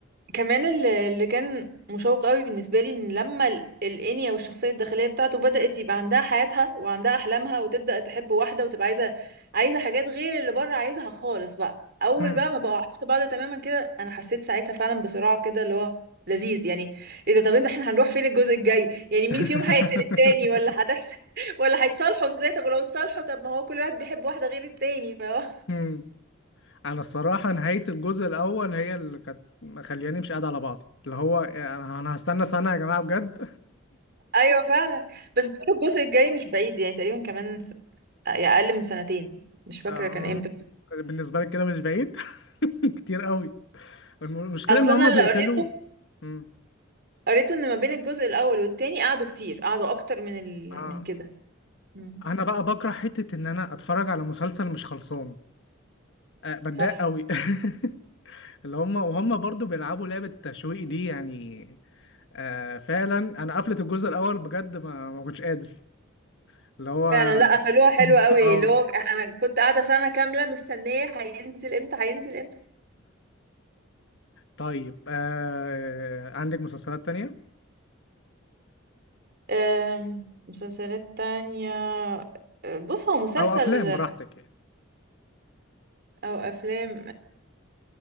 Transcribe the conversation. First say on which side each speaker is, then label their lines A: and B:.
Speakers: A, on the right; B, on the left.
A: كمان اللي اللي كان مشوق قوي بالنسبه لي ان لما ال- الانيا والشخصيه الداخليه بتاعته بدات يبقى عندها حياتها وعندها احلامها وتبدا تحب واحده وتبقى عايزه عايزه حاجات غير اللي بره عايزها خالص بقى اول
B: مم.
A: بقى ما بقوا عكس بعض تماما كده انا حسيت ساعتها فعلا بصراع كده اللي هو لذيذ يعني ايه ده طب انت احنا هنروح فين الجزء الجاي يعني مين
B: <laughs>
A: فيهم هيقتل التاني ولا هتحصل <laughs> ولا هيتصالحوا ازاي طب ولو اتصالحوا طب ما هو كل واحد بيحب واحده غير التاني فهو
B: مم. انا الصراحة نهاية الجزء الاول هي اللي كانت مخلياني مش قاعد على بعضي اللي هو انا أنا هستنى سنة يا جماعة بجد
A: ايوه فعلا بس بيقولوا الجزء الجاي مش بعيد يعني تقريبا كمان س... يعني اقل من سنتين
B: <laughs>
A: مش فاكره
B: آه،
A: كان امتى
B: بالنسبة لك كده مش بعيد <laughs> كتير قوي الم- المشكله
A: اصلا
B: ان هم
A: انا اللي
B: بيقفلوا
A: قريته
B: مم.
A: قريته ان ما بين الجزء الاول والتاني قعدوا كتير قعدوا اكتر من ال...
B: اه
A: من كده مم.
B: انا بقى بكره حته ان انا اتفرج على مسلسل مش خلصان أه بتضايق
A: صح
B: قوي <laughs> اللي هم وهم برضو بيلعبوا لعبه التشويق دي يعني أه فعلا انا قفلت الجزء الاول بجد ما ما كنتش قادر اللي هو
A: فعلا لا قفلوها حلوه
B: <laughs>
A: قوي
B: اه
A: اللي هو انا كنت قاعده سنه كامله مستنيه هينزل امتى هينزل امتى
B: طيب أه عندك مسلسلات تانية
A: أم، مسلسلات تانية أه، بص هو مسلسل
B: او افلام براحتك يعني
A: او افلام